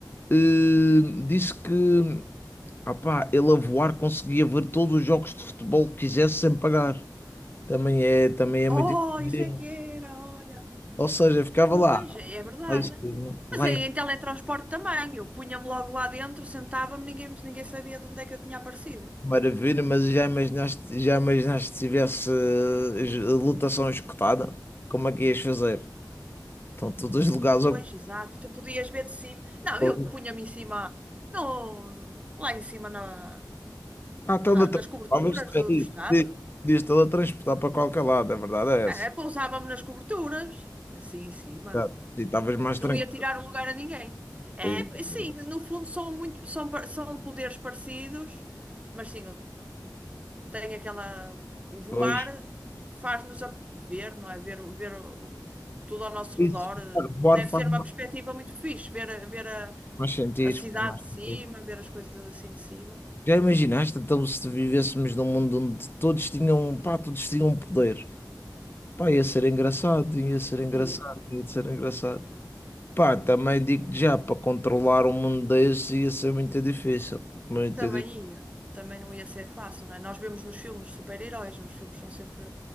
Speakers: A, on the left; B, on the right.
A: Eh, disse que, ah pá, ele a voar conseguia ver todos os jogos de futebol que quisesse sem pagar. Também é, também é muito
B: Oh,
A: diferente.
B: isso é que era, olha.
A: Ou seja, ficava
B: Pois,
A: lá,
B: é é verdade.
A: lá em cima,
B: Mas
A: lá em
B: é
A: cima,
B: em teletransporte também. Eu punha-me logo lá dentro, sentava-me, ninguém, ninguém sabia de onde é que eu tinha aparecido.
A: maravilha, mas já imaginaste, já imaginaste se tivesse eh, es- lotação escutada, como é que ias fazer? Estão todos os lugares
B: Pois, exato. E tu podias ver de cima. Não,
A: ocupados.
B: eu punha-me em cima, no, lá em cima na,
A: Ah, teletransportavas,
B: na- nas coberturas do,
A: diz,
B: do estádio.
A: diz, diz teletransportar para qualquer lado, a verdade é
B: É,
A: essa.
B: é, pousava-me nas coberturas, assim em cima.
A: Já,
B: Não,
A: E estavas mais tranquilo.
B: não ia tirar o lugar a ninguém. É,
A: Exato.
B: sim, no fundo são muito, são, par- são poderes parecidos, mas sim, tem aquela. O voar
A: Pois,
B: faz-nos a ver, não é? Ver, o- ver o- tudo ao nosso
A: isso,
B: redor.
A: voar
B: Deve
A: faz
B: ser uma
A: mais,
B: perspectiva muito fixe, ver, a- ver a,
A: mais sentido,
B: a cidade
A: faz mais
B: de cima,
A: sentido.
B: ver as coisas assim de cima.
A: Já imaginaste então se vivêssemos num mundo onde todos tinham, pá, todos tinham um poder? Pá, ia ser engraçado, ia ser engraçado,
B: Ia,
A: ia ser engraçado.
B: ia.
A: Pá, também digo já, para controlar um mundo desse ia ser muito difícil, muito
B: Também
A: difícil.
B: ia. Também não ia ser fácil, não é? Nós vemos nos filmes super-heróis, os filmes são sempre,